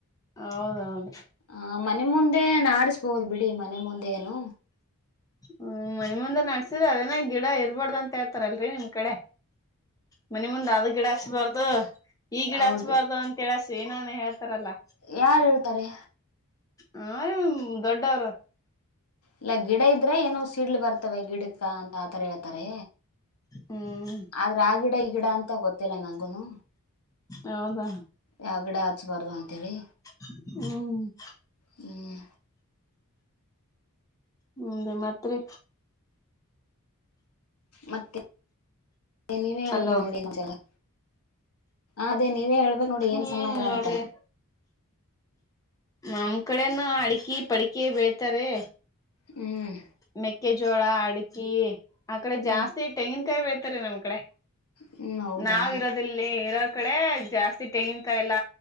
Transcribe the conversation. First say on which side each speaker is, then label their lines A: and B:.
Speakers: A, on the left; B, on the left.
A: ಹೌದೌದು
B: ಹ ಮನೆ ಮುಂದೆ ನಾಡಿಸಬೋದು ಬಿಡಿ ಮನೆ ಮುಂದೆ ಏನು
A: ಹ್ಮ್ ಮನಿ ಮುಂದ ನಡ್ಸಿದ್ರ ಅದೇನ ಗಿಡ ಇರ್ಬಾದು ಅಂತ ಹೇಳ್ತಾರಲ್ರಿ ನಿಮ್ ಕಡೆ ಮನಿ ಮುಂದ್ ಆದ್ ಗಿಡ ಹಚ್ಬಾರ್ದು ಈ ಗಿಡ
B: ಹೌದು
A: ಹಚ್ಬಾರ್ದು ಅಂತ <unintelligible> ಏನಾನ ಹೇಳ್ತಾರಲ್ಲಾ
B: ಯಾರ್ ಹೇಳ್ತಾರೆ
A: ಹ ನಿಮ್ ದೊಡ್ಡೋರು
B: ಇಲ್ಲ ಗಿಡ ಇದ್ರೆ ಏನೋ ಸಿಡ್ಲ್ ಬರ್ತವೆ ಗಿಡಕ್ಕ ಅಂತ ಆತರ ಹೇಳ್ತಾರೆ
A: ಹ್ಮ್
B: ಆದ್ರೆ ಆ ಗಿಡ ಈ ಗಿಡ ಅಂತ ಗೊತ್ತಿಲ್ಲ ನಂಗೂನು
A: ಹೌದಾ
B: ಯಾವ ಗಿಡ ಹಚ್ಬಾರ್ದು ಅಂತ ಹೇಳಿ
A: ಹ್ಮ
B: ಹ್ಮ್
A: ಹ್ಮ್ ಮತ್ ರಿ
B: ಮತ್ತೆ ನೀವೇ ಹೇಳ್ಬೇಕು
A: ಅಲೋ
B: ನೋಡಿ <unintelligible> ಅದೇ ನೀವೇ ಹೇಳ್ಬೇಕು ನೋಡಿ
A: ನೀ
B: ಸಮಾಚಾರ
A: ಏನ್ ನೋಡ್ರಿ
B: ಅಂತ
A: ನಮ್ ಕಡೆನು ಅಡ್ಕಿ ಪಡಿಕಿ ಬೆಳೀತಾರೆ
B: ಹ್ಮ್
A: ಮೆಕ್ಕೆಜೋಳ ಅಡಿಕಿ ಆಕಡೆ
B: ಹ್ಮ್
A: ಜಾಸ್ತಿ ತೆಂಗಿನಕಾಯಿ ಬೆಳೀತಾರೆ ನಮ್ ಕಡೆ
B: ಹ್ಮ್ ಹೌದಾ
A: ನಾವ್ ಇರೋದು ಇಲ್ಲಿ ಇರೋ ಕಡೆ ಜಾಸ್ತಿ ತೆಂಗಿನಕಾಯ ಎಲ್ಲ